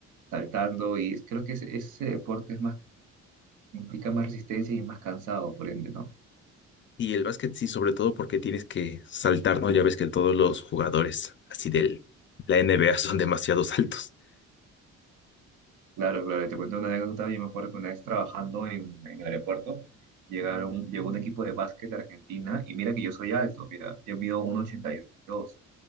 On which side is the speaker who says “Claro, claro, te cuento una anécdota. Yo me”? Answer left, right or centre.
Right